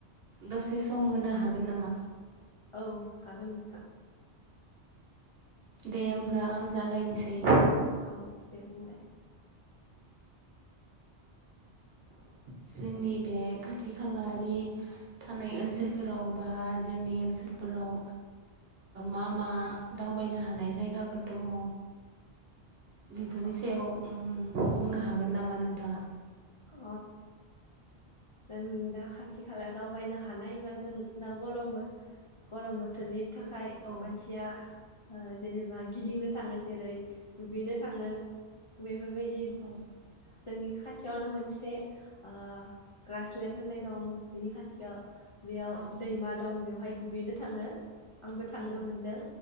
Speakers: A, on the right; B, on the left.
A: दसे सम होनो हागोन नामा
B: औ हागोन नोंथां
A: दे होमब्ला आं जागायनोसै
B: औ दे बुंलाय
A: जोंनि बे खाथि खालानि थानाय ओनसोलफोराव बा जोंनि ओनसोलफोराव मा मा दावबायनो हानाय जायगाफोर दङ बेफोरनि
B: अ
A: सायाव बुंनो हागोन नामा नोंथाङा
B: अ जोंनि दा खाथि खालायाव दावबायनो हानाय बा जों दा गरम गरम बोथोरनि थाखाय खाइ
A: औ
B: मानसिया जेनेबा गिदिंनो थाङो जेरै दुगैनो थाङो बे बेफोरबायदि
A: औ
B: जोंनि खाथियावनो मोनसे ओ ग्रासलेणड होननाय दं बिनि खाथियाव बेयाव
A: औ
B: दैमा दं बेयाव बहाय दुगैनो थाङो आंबो थांनो
A: औ
B: मोनदों